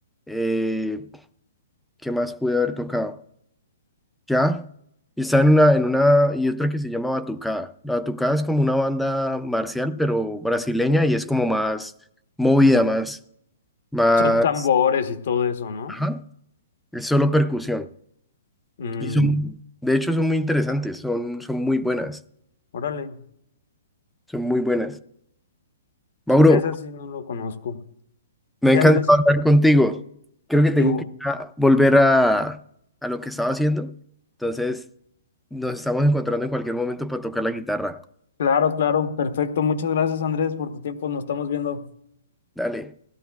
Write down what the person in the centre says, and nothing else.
eh, ¿qué más pude haber tocado? Ya. Y está en una, en una, y otra que se llama Batucada. La Batucada es como una banda marcial, pero brasileña, y es como más movida, más, más,
ajá, es solo percusión.
Y son, de hecho, son muy interesantes, son, son muy buenas,
son muy buenas.
Mauro,
me
ha encantado
hablar contigo. Creo que tengo
que ah, volver a, a lo que estaba haciendo. Entonces, nos estamos encontrando en cualquier momento para tocar la guitarra.
Dale.